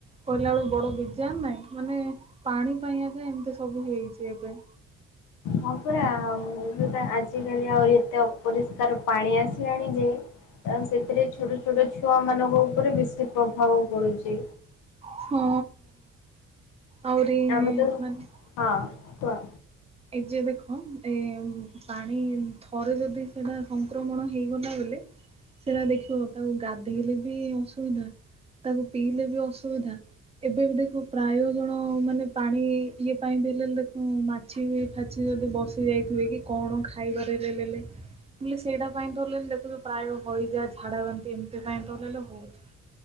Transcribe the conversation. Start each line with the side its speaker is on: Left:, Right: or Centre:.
Right: କହିଲା ବେଳୁ ବଡ ବିଜାର ନାଇଁ ମାନେ ପାଣି ପାଇଁ ଆଗ ଏମିତି ସବୁ ହେଇଛି ଏବେ
Left: ହଁ ପରା ଆଉ ଆଜିକାଲି ଆହୁରି ଏତେ ଅପରିଷ୍କାର ପାଣି ଆସିଲାଣି ଯେ ତ ସେଥିରେ ଛୋଟ ଛୋଟ ଛୁଆ ମାନଙ୍କ ଉପରେ ବେଶୀ ପ୍ରଭାବ ପଡୁଛି।
Right: ହଁ ଆହୁରିି
Left: ଆମେ ତ
Right: ମାନେ
Left: ହଁ କୁହ।
Right: ଏଇ ଯେ ଦେଖ ଏ ପାଣି ଥରେ ଯଦି ସେଇଟା ସଂକ୍ରମଣ ହେଇଗଲା ବୋଇଲେ ସେଟା ଦେଖିବ ତାକୁ ଗାଧେଇଲେ ବି ଅସୁବିଧା ତାକୁ ପିଇଲେ ବି ଅସୁବିଧା। ଏବେବି ଦେଖିବୁ ପ୍ରାୟ ଜଣ ମାନେ ପାଣି ଇଏ ପାଇଁ ବି ହେଲେ ଦେଖିବୁ ମା- ମାଛି ବି ଫାଛି ଯଦି ବସି ଯାଇଥିବେ କି କଣ ଖାଇବାରେ ଲେ ଲେ ଲେଲେ। ମୁ କହିଲି ସେଇଟା ପାଇଁ ହେଲେ ଲେ ଦେଖୁଛୁ ପ୍ରାୟ ହଇଜା ଝାଡ଼ା ବାନ୍ତି ଏମିତି ପାଇଁ ତ ହେଲେ ଲେଲେ ହଉଛି।